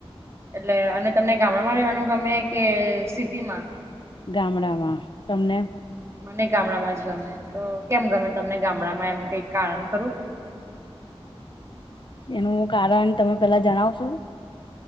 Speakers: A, on the right; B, on the left.
A: એટલે, અને તમને ગામડામાં રહેવાનું ગમે, કે સિટી માં?
B: ગામડામાં, તમને?
A: મને ગામડામાં જ ગમે, તો કેમ ગમે તમને ગામડામાં એમ કઈ કારણ ખરું?
B: એનું કારણ તમે પેલા જણાવશો?